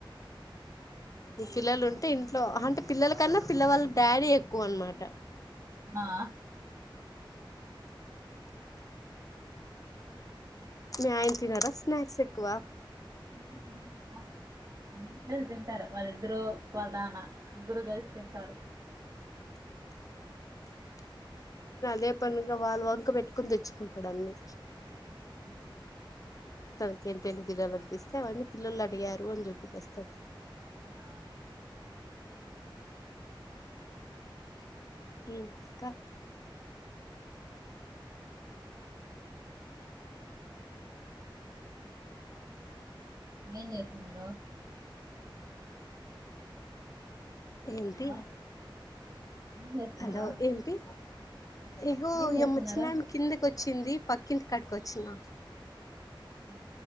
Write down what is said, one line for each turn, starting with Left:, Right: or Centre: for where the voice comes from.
Left: ఈ పిల్లలు ఉంటే ఇంట్లో అంటే పిల్ల కన్నా పిలళ్ళ డాడీ ఎ కువా అనమాట
Right: ఆ
Left: మి అయినా తినారా స్నాక్స్ ఎక్వ
Right: తింటారు తింటారు స్నాక్స్ అందరూ తింటారు వాళ్ళిద్దరు వాళ్ళదన్న ముగ్గురు కలిసి తింటారు
Left: రపూనగా వాళ్ళు వంక పెట్టుకుొని తెచ్చుకుంటాడు అన్ని
Right: ఆ
Left: తమకేం తినిపియాలి అనిపిస్ ేవీ పిల్లలు అడిగారు అని చెప్పపి తెస్తాడు
Right: ఆా
Left: ఇ ఇంకా
Right: ఏం ఇంకా
Left: ఏంటి
Right: హలో ఏం చేస్తున్నారు
Left: హలో ఏంటి ఇగో
Right: ఏం చేస్తున్నారు
Left: ఏమ్మ చిినమి కిందకి వచ్చింది పక్కింటి కట్టుకొచ్చి పిచ్చలా <unintelligible>
Right: ఆ